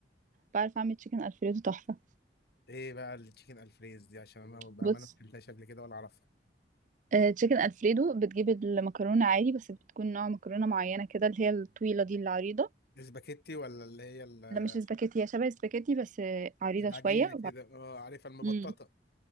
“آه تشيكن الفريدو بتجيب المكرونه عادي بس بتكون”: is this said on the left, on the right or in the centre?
Right